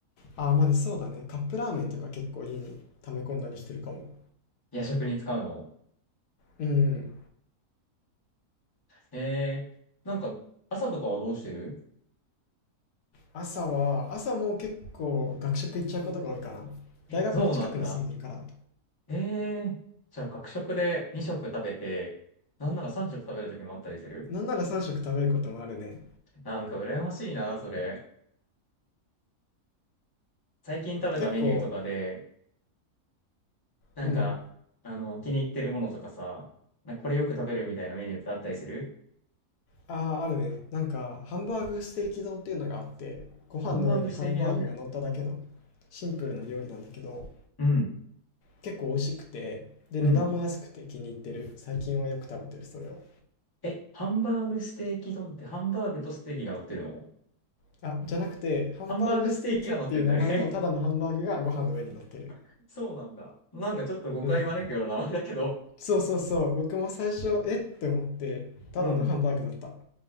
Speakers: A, on the left; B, on the left.
A: ああ、まだそうだね。カップラーメンとか結構家に溜め込んだりしてるかも。
B: 夜食に使うの
A: うん。
B: えー、なんか朝とかはどうしてる
A: 朝は、朝も結構学食行っちゃうことが多いかな。大学の近くに住んでるから。
B: そうなんだ。えー、じゃあ学食で2食食べて、なんなら3食食べる時もあったりする
A: なんなら3食食べることもあるね。
B: なんか羨ましいな、それ。最近食べたメニューとかで、
A: 結構、
B: なんか、
A: うん。
B: あの、気に入ってるものとかさ、なんかこれよく食べるみたいなメニューってあったりする
A: ああ、あるね。なんか、ハンバーグステーキ丼っていうのがあって、ご飯の上にハンバーグが乗っただけの
B: ハンバーグステーキ丼
A: シンプルな料理なんだけど、
B: うん。
A: 結構美味しくて、で、
B: うん
A: 値段も安くて気に入ってる。最近はよく食べてる、それを。
B: え、ハンバーグステーキ丼ってハンバーグとステーキが乗ってるの
A: あ、じゃなくて、ハンバーグステーキっていう名前のただのハンバーグがご飯の上に乗ってる。
B: ハンバーグステーキが乗ってるんだよね。<laughs> そうなんだ。なんかちょっと誤解招くような名前だけど。
A: うん。そうそうそう。僕も最初、えって思って、ただのハンバーグだった。
B: うん。